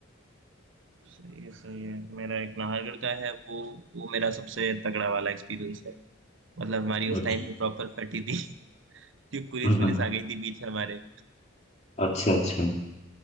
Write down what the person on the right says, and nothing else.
सही है सही है मेरा एक नाहरगढ़ का है वो वो मेरा सबसे तगड़ा वाला एक्सपीरियंस है मतलब हमारी उस
टाइम पे प्रॉपर फटी थी <laughs> कि पुलिस
पुलिस आ गई थी बीच हमारे